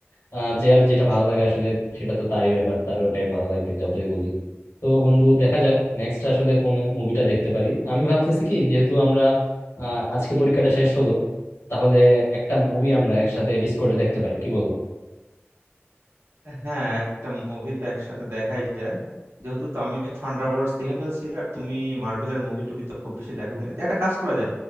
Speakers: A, on the left; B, on the right.
A: আহ, যে আর যেটা ভালো লাগে আসলে সেটা তো তারই ব্যাপার তার ওটাই ভালো লাগবে যতই বলি তো বন্ধু দেখা যাক নেক্সট আসলে কোন মুভিটা দেখতে পারি আমি ভাবতেছি কি যেহেতু আমরা আহ, আজকে পরীক্ষাটা শেষ হলো তাহলে একটা মুভি আমরা একসাথে ডিসকর্ডে দেখতে পারি কি বলো
B: হ্যাঁ একটা মুভি তো একসাথে দেখাই যায় যেহেতু তো আমি থান্ডারবোল্টস দেখে ফেলছি আর তুমি মার্ভেলের মুভি টুবি তো খুব বেশি দেখো কিনা যে একটা কাজ করা যায়